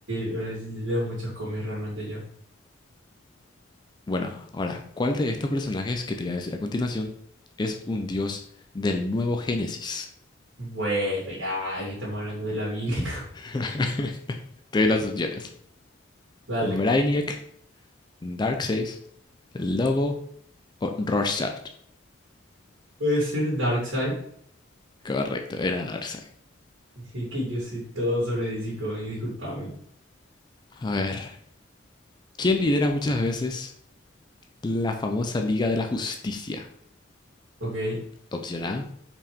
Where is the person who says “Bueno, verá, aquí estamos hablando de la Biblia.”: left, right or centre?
Right